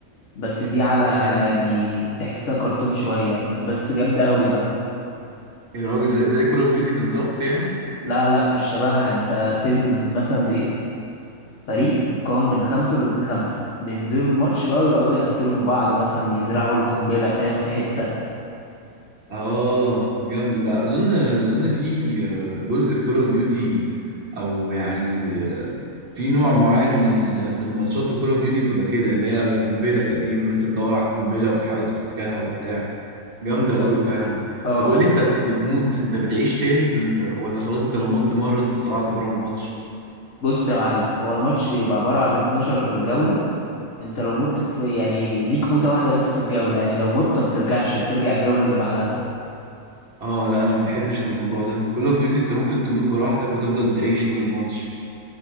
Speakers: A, on the left; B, on the right.
A: بس دي على
B: جامد
A: يعني تحسها كرتون شوية يعني بس جامدة أوي بقى
B: يا راجل زي, زي كول اوف ديوتي بالظبط يعني
A: لا لا مش شبهها انت بتنزل مثلا فريق مكون من خمسة ضد خمسة بينزلوا الماتش بقى ويقعدوا يقتلوا في بعض مثلا يزرعوا القنبلة فاهم في حتة
B: اه جامد بقى اظن اظن في جزء في كول اوف ديوتي او يعني آه، في نوع معين من ال- من الماتشات في كول اوف ديوتي بتبقى كده اللي هي القنبله تقريبا وانت تدور على القنبله وتحاول تفكها وبتاع جامده قوي فعلا
A: اه
B: طب قول لي انت لو بتموت انت بتعيش تاني في ال... ولا خلاص انت لو مت مره انت طلعت بره الماتش
A: بص يا معلم هو الماتش بيبقى عبارة عن 12 جولة انت لو مت في يعني ليك موتة واحدة بس في الجولة يعني لو مت ما بترجعش بترجع الجولة اللي بعدها
B: اه لا انا ما بحبش الموضوع ده كول اوف ديوتي انت ممكن تموت براحتك وتفضل تعيش طول الماتش